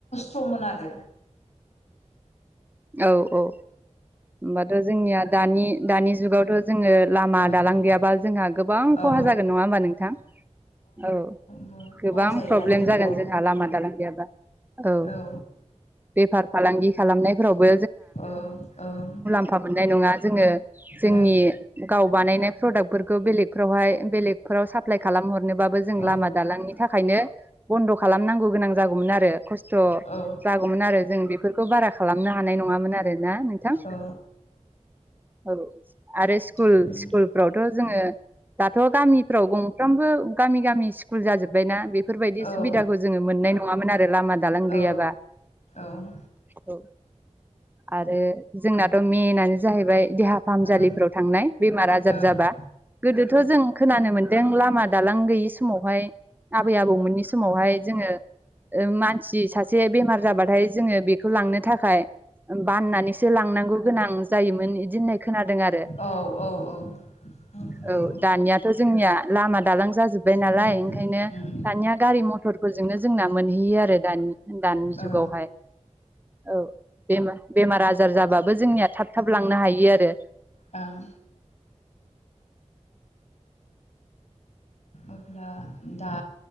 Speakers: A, on the left; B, on the right.
A: थमोन आरो
B: औ औ होमबाथ' जोंनिया दानि दानि जुगावथ' जोङो लामा
A: औ ओ
B: दालां गैयाबा जोंहा गोबां
A: औ
B: खहा जागोन नङा होमबा नोंथां? औ
A: बहुद
B: गोबां
A: खहा जायो
B: प्रब्लेम
A: दानि जुगाव
B: जागोन जोंहा लामा दालां गैयाबा औ।
A: ओ
B: बेफार फालांगि खालामनायफ्रावबो
A: औ औ
B: मुफा मोननाय नङा जोङो। जोंनि
A: ओं
B: गाव बानायनाय प्रडाक्टफोरखौ बेलेगफ्रावहाय बेलेग फोराव साप्लाइ खालामहरनोबाबो जों
A: औ
B: लामा दालांनि थाखायनो बन्द' खालामनांगौ गोनां जागौमोन आरो खस्थ'
A: औ
B: जागौमोन आरो जों बेफोरखौ बारा खालामनो हानाय नङामोन आरोना नोंथां।
A: औ
B: औ आरो स्कुल
A: थिगखौनो
B: स्कुलफ्रावथ' जोङो दाथ' गामिफ्राव गं फ्रामबो गामि गामि स्कुल जाजोब्बायना बेफोरबायदि
A: बुंदों
B: सुबिदाखौ जोङो मोननाय नङा। नङामोन आ रो लामा दालां
A: औ
B: गैयाबा
A: औ ओं
B: औ आरो जोंनाथ' मेनानो जाहैबाय देहा फाहामसालिफ्राव
A: ओं
B: थांनाय बेमार आजार
A: औ औ ओं
B: जाबा गोदोथ' जों खोनानो मोन दों लामा दालां गैयि समावहाय आबै आबौमोननि समावहाय जोङो ओ मानसि सासे बेमार जाबाथाय जोङो बेखौ लांनो थाखाय बाननानै थांनांगौ गोनां जायोमोन इदि होननायख खोनादों आरो
A: औ औ औ नंगौ
B: औ दानियाथ' जोंनिया लामा दालां जाजोब्बाय नालाय
A: उम
B: ओंखायनो
A: उम
B: दानिया गारि मथरफोरजोंनो जोंना मोनहैयो आरो दानि दानि जुगावहाय
A: औ
B: औ बेमा बेमारा जार जाबाबो जोंनिया थाब थाब लांनो हायो आरो
A: ओं <unintelligible> अब्ला दा